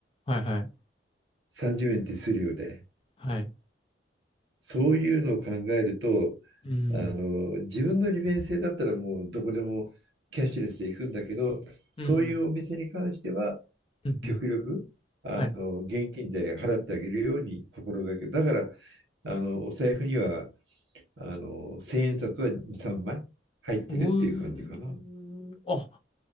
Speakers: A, on the left; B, on the right.
A: はい。はい。
B: 30円手数料で。
A: はい。
B: そういうのを考えると、
A: うん。
B: あの、自分の利便性だったらもうどこでもキャッシュレスで行くんだけど、そういうお店に関しては、
A: うん。うん。
B: 極力、
A: うん。
B: あの、
A: はい
B: 現金で払ってあげるように心がける、だから、あの、お財布には、あの、千円札は2、3枚入ってるっていう感じかな。
A: おう、あ、